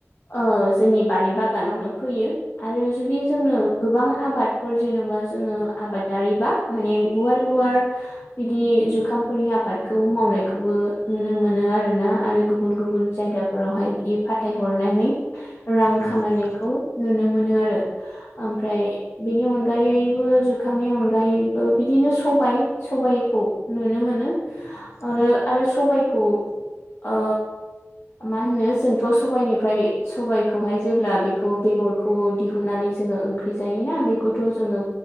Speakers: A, on the left; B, on the left.
A: ओ जोंनि बारि बागानावनो फैयो आरो जुदि जोंनो गोबां आबाद फोर जेन'बा जोंङो आबादारि बा माने गुवार गुवार बिदि जुखामफोरनि आबादखौ मावनायखौबो नुनो मोनो आरोना। आरो गुबुन गुबुन जायगाफोरावहाय बिदि फाथाय हरनानै रां
B: नंगौ
A: खामायनायखौ
B: नोंथां औ नंगौ नोंथां
A: नुनो मोनो आरो। ओमफ्राय बेनि अनगायैबो जुखामनि अनगायैबो बिदिनो सबाय सबायखौ नुनो मो नो आरो-आरो
B: औ
A: सबायखौ ओ मा होनो जोंथ सबायनिफ्राय सबायखौहाय जेब्ला बेखौ बे गरखौ दिहुननानै जोंङो ओंख्रि जायोना बे खौथ' जोंङो